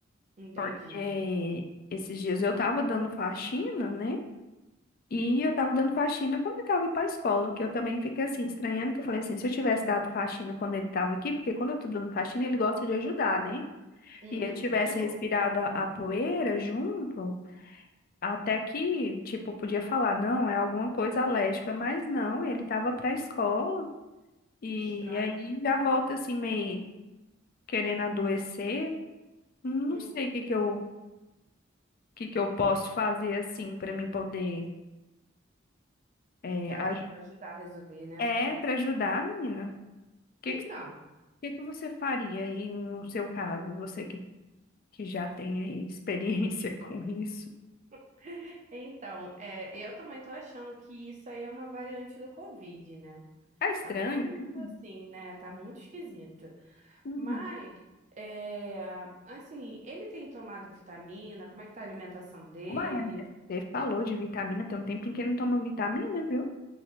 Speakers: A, on the right; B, on the left.
A: Entendi.
B: Porque esses dias eu tava dando faxina, né? E eu tava dando faxina quando ele tava pra escola, que eu também fiquei assim, estranhando, que eu falei assim, se eu tivesse dado faxina quando ele tava aqui, porque quando eu tô dando faxina, ele gosta de ajudar, né?
A: Hum,
B: E ele tivesse
A: que bom.
B: respirado a, a poeira junto, até que, tipo, podia falar, não, é alguma coisa alérgica, mas não, ele tava pra escola. E
A: Estranho.
B: aí já volta assim, meio querendo adoecer. Não
A: Hum.
B: sei o que que eu, o que que eu posso fazer assim para mim poder é,
A: Dá
B: ajudar.
A: pra ajudar a resolver, né?
B: É, para ajudar, menina. O que,
A: Então,
B: que, que que você faria aí no seu caso? Você que, que já tem aí experiência <laughs> com isso.
A: <laughs> então, é, eu também tô achando que isso aí é uma variante do Covid, né?
B: É estranho,
A: Tá todo mundo
B: né?
A: assim, né? Tá muito esquisito.
B: Uhum.
A: Mas, é, assim, ele tem tomado vitamina? Como é que tá a alimentação dele?
B: Uai, amiga, você falou de vitamina, tem um tempinho que não toma vitamina, viu?